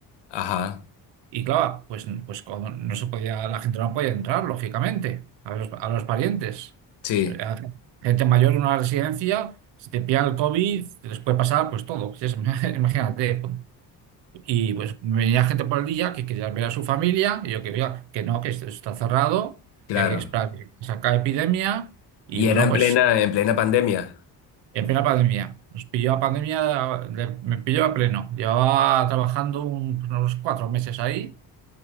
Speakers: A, on the left; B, on the right.
A: Ajá,
B: y claro, pues, pues cuando no se podía, la gente no podía entrar, lógicamente, a los, a los parientes.
A: sí,
B: Eh, a Gente mayor en una residencia, si te pillan el COVID, les puede pasar pues todo. Si es- <laughs> imagínate. Y pues venía gente por el día que quería ver a su familia, y yo que veía que no, que esto está cerrado,
A: claro.
B: que hay que esperar que se acabe la epidemia. Y
A: Y
B: bueno,
A: era en
B: pues
A: plena, en plena pandemia.
B: en plena pandemia. Nos pilló la pandemia, le- me pilló a pleno. Llevaba trabajando un- unos cuatro meses ahí.